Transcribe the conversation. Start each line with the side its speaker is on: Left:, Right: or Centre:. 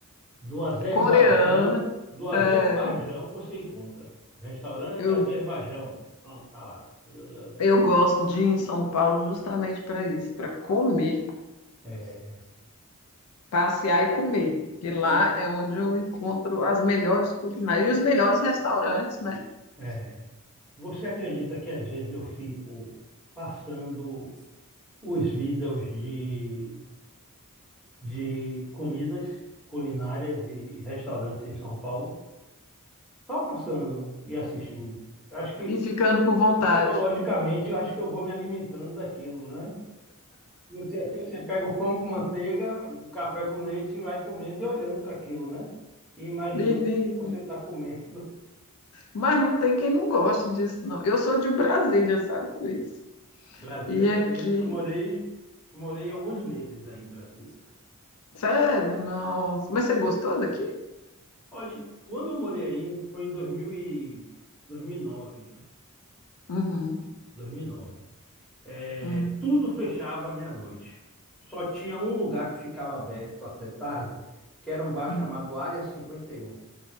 Centre: Do Azerbaijão,
Left: coreana.
Centre: do Azerbaijão
Left: É,
Centre: você encontra. Restaurante
Left: eu,
Centre: Azerbaijão. Pronto, tá lá. Comida de Azerbaijão.
Left: eu gosto de ir em São Paulo justamente para isso, para comer.
Centre: É,
Left: passear e comer, porque lá
Centre: olha,
Left: é onde eu encontro as melhores culinárias e os melhores restaurantes, né?
Centre: é, você acredita que às vezes eu fico passando os vídeos de, de comidas culinárias e, e restaurantes em São Paulo? Só passando e assistindo. Eu Acho que
Left: E ficando com vontade.
Centre: psicologicamente eu acho que eu vou me alimentando daquilo, né? Você, aqui, você pega o pão com manteiga, o café com leite e vai comendo e olhando para aquilo, né? E imaginando
Left: Menino,
Centre: o que você está comendo.
Left: mas não tem quem não goste disso, não. Eu sou de Brasília, sabe, Luiz?
Centre: <laughs> Brasília
Left: E
Centre: eu
Left: aqui,
Centre: conheço, eu morei, morei alguns meses aí em Brasília.
Left: sério, nossa. Mas você gostou daqui?
Centre: Olha, quando eu morei aí, foi em 2000 e- 2009,
Left: Uhum,
Centre: 2009. É,
Left: uhum,
Centre: tudo fechava à meia-noite. Só tinha um lugar que ficava aberto até tarde, que era um bar
Left: uhum.
Centre: chamado Área 51.